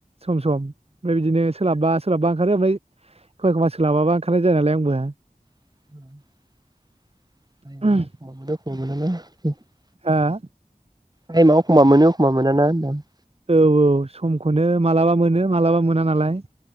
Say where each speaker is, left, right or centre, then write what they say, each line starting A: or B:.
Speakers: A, on the right; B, on the right.
A: सम सम ओमफ्राय बिदिनो सोलाबबा सोलाबबा ओंखारो ओमफ्राय एखमबा एखमबा सोलाबाबा ओंखारनाय जाया नालाय आंबो।
B: <inaudible> <unintelligible>
A: हा हा।
B: टाइमाव अखमबा मोनो अखमबा मोनाना होनदां।
A: औ औ समखौनो मालाबा मोनो मालाबा मोना नालाय।